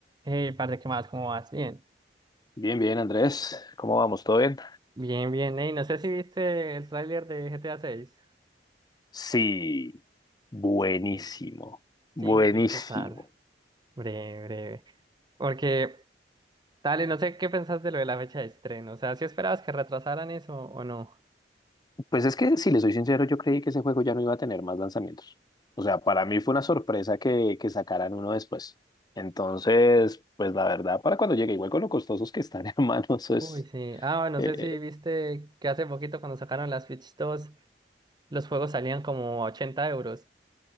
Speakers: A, on the right (about 25°); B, on the left (about 25°).
A: Hey, parce, ¿qué más? ¿Cómo vas? Bien.
B: Bien, bien, Andrés. ¿Cómo vamos? ¿Todo bien?
A: Bien, bien. Hey, no sé si viste el tráiler de GTA 6.
B: Sí, buenísimo, buenísimo.
A: Sí, ¿qué, qué tal? Breve, breve. Porque, dale, no sé qué pensás de lo de la fecha de estreno. O sea, si esperabas que retrasaran eso o no?
B: Pues es que, si le soy sincero, yo creí que ese juego ya no iba a tener más lanzamientos. O sea, para mí fue una sorpresa que, que sacaran uno después. Entonces, pues la verdad, para cuando llegue, igual con lo costosos que están, <laughs> hermano, eso es...
A: Uy, sí. Ah, no
B: eh,
A: sé si
B: eh,
A: viste que hace poquito cuando sacaron las Switch dos los juegos salían como a 80 euros.